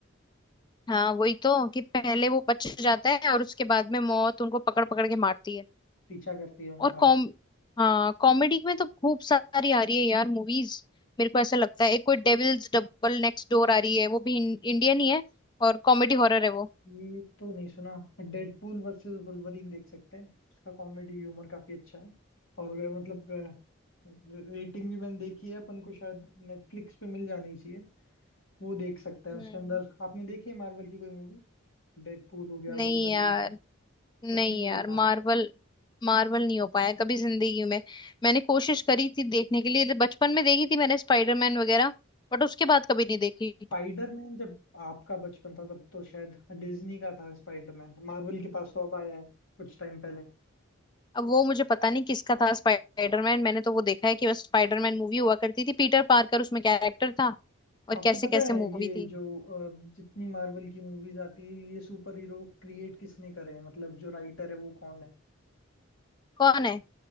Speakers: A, on the left; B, on the left.
A: हाँ वही तो कि पहले वो बच जाता है और उसके बाद में मौत उनको पकड़ पकड़ के मारती है
B: पीछा करती है उनका
A: और कॉम हाँ कॉमेडी में तो खूब सारी आ रही है यार मूवीज मेरे को ऐसा लगता है एक कोई डेविल्स डबल नेक्स्ट डोर आ रही है वो भी इंडियन ही है और कॉमेडी हॉरर है वो
B: ये तो नहीं सुना डेडपूल वर्सेस वुल्वरीन देख सकते हैं उसका कॉमेडी ह्यूमर काफी अच्छा है और अ, मतलब रेटिंग भी मैंने देखी है अपन को शायद नेटफ्लिक्स पे मिल जानी चाहिए वो देख सकते हैं
A: हम्म
B: उसके अंदर आपने देखी है मार्वल की कोई मूवी डेडपूल हो गया
A: नहीं
B: वुल्वरीन
A: यार नहीं
B: कुछ भी नहीं
A: यार
B: देखा
A: मार्वल मार्वल नहीं हो पाया कभी जिंदगी में मैंने कोशिश करी थी देखने के लिए बचपन में देखी थी मैंने स्पाइडरमैन वगैरह बट उसके बाद कभी नहीं देखी
B: स्पाइडरमैन जब आपका बचपन था तब तो शायद डिज्नी का था स्पाइडरमैन मार्वल के पास तो अब आया है कुछ टाइम पहले
A: अब वो मुझे पता नहीं किसका था स्पाइडरमैन मैंने तो वो देखा है कि बस स्पाइडरमैन मूवी हुआ करती थी पीटर पार्कर उसमें कैरेक्टर था और
B: आपको
A: कैसे
B: पता
A: कैसे
B: है
A: मूवी
B: ये
A: थी
B: जो अ, जितनी मार्वल की मूवीज आती है ये सुपर हीरो क्रिएट किसने करे हैं मतलब जो राइटर है वो कौन है
A: कौन है